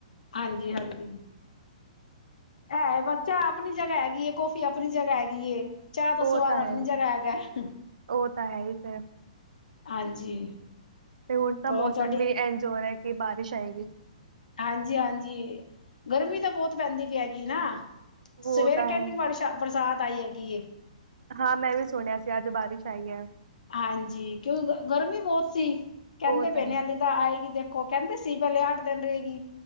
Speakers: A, on the left; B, on the right.
A: ਹਾਂਜੀ -ਹਾਂਜੀ ਹੈ, ਬੱਚਾ ਆਪਣੀ ਜਗ੍ਹਾ ਹੈਗੀ ਏ, ਕੌਫੀ ਆਪਣੀ ਜਗ੍ਹਾ ਹੈਗੀ ਏ। ਚਾਹ ਦਾ
B: ਉਹ
A: ਸਵਾਦ
B: ਤਾਂ
A: ਆਪਣੀ
B: ਹੈ
A: ਜਗ੍ਹਾ ਹੈਗਾ ਐ।
B: ਉਹ ਤਾਂ ਹੈ ਈ ਫਿਰ।
A: ਹਾਂਜੀ
B: ਤੇ ਹੁਣ ਤਾਂ
A: ਹੋਰ
B: ਮੌਸਮ
A: ਤੁਹਾਡੀ
B: ਵੀ ਇੰਜ, ਹੋ ਰਿਆ ਏ ਕਿ ਬਾਰਿਸ਼ ਆਏਗੀ।
A: ਹਾਂਜੀ- ਹਾਂਜੀ, ਗਰਮੀ ਤਾਂ ਬਹੁਤ ਪੈਂਦੀ ਪਈ ਹੈਗੀ ਨਾ,
B: ਉਹ
A: ਸਵੇਰੇ
B: ਤਾਂ
A: ਕਿੰਨੀ
B: ਹੈ
A: ਬਾਰਿਸ਼ ਤਾਂ ਬਰਸਾਤ ਆਈ ਹੈਗੀ ਏ।
B: ਹਾਂ, ਮੈਂ ਵੀ ਸੁਣਿਆ ਸੀ, ਅੱਜ ਬਾਰਿਸ਼ ਆਈ ਐ।
A: ਹਾਂਜੀ, ਕਿਉਂ ਗ ਗਰਮੀ ਬਹੁਤ ਸੀ, ਕਹਿੰਦੇ
B: ਉਹ ਤਾਂ
A: ਪਏ
B: ਹੈ
A: ਨੇ ਦ ਆਏਗੀ ਦੇਖੋ ਕਹਿੰਦੇ ਸੀ, ਪਹਿਲੇ ਆਠ ਦਿਨ ਰਹੇਗੀ।